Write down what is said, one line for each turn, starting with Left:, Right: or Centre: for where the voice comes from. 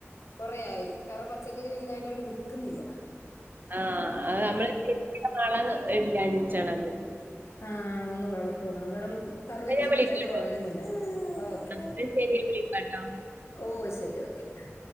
Left: കുറെയായി കാരണം പച്ചക്കറി വലുതായിട്ട് അവിടെ നിക്കുന്നില്ല
Right: ആഹ് അത് നമ്മള് ശരിക്ക് <unintelligible> വളം ഇല്ലാനിട്ടാണത്
Left: ആഹ് ഒന്ന് വളം ഇട്ടു നോക്കണം വെറും കറി വേപ്പില
Right: എന്നാ ഞാൻ വിളിക്കാട്ടോ.
Left: വലുതായിട്ട് വളരുന്നില്ല അത് ഓക്കെ
Right: എന്നാ ശരി ഞാൻ വിളിക്കാട്ടോ.
Left: ഓ ശെരി ഓക്കെ